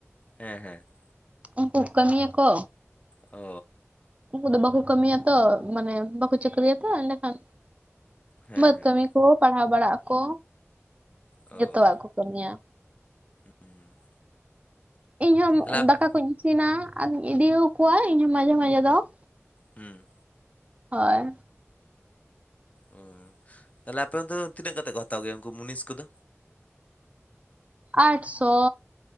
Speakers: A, on the left; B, on the right.
A: ᱦᱮᱸ ᱦᱮᱸ ᱾
B: ᱩᱱᱠᱩ ᱠᱟᱹᱢᱤᱭᱟᱠᱚ
A: ᱚ ᱾
B: ᱩᱱᱠᱩ ᱫᱚ ᱵᱟᱠᱚ ᱠᱟᱹᱢᱤᱭᱟ ᱛᱚ ᱢᱟᱱᱮ ᱵᱟᱠᱚ ᱪᱷᱟᱹᱠᱨᱤᱭᱟ ᱛᱚ ᱮᱸᱰᱮᱠᱷᱟᱱ
A: ᱦᱮᱸ
B: ᱵᱟᱹᱫᱽ
A: ᱦᱮᱸ
B: ᱠᱟᱹᱢᱤ ᱠᱚ ᱯᱟᱲᱦᱟᱣ ᱵᱟᱲᱟᱜ ᱟᱠᱚ
A: ᱚ
B: ᱡᱚᱛᱚᱣᱟᱜ ᱠᱚ ᱠᱟᱹᱢᱤᱭᱟ ᱾
A: ᱦᱩᱸ
B: ᱤᱧᱦᱚᱸ
A: ᱛᱟᱦᱚᱞᱮ ᱟᱯ-
B: ᱫᱟᱠᱟ ᱠᱚᱧ ᱤᱥᱤᱱᱟ ᱟᱨ ᱤᱧ ᱤᱫᱤᱚᱣᱟ ᱤᱧ ᱦᱚ ᱢᱟᱡᱷᱮ ᱢᱟᱡᱷᱮ ᱫᱚ ᱾
A: ᱦᱩᱸ ᱾
B: ᱦᱳᱭ ᱾
A: ᱚ ᱛᱟᱦᱞᱮ ᱟᱯᱮ ᱚᱱᱛᱮ ᱫᱚ ᱛᱤᱱᱟᱹᱜ ᱠᱟᱛᱮ ᱠᱚ ᱦᱟᱛᱟᱣ ᱜᱮᱭᱟ ᱩᱱᱠᱩ ᱢᱩᱱᱤᱥ ᱠᱚᱫᱚ?
B: ᱟᱴ ᱥᱚ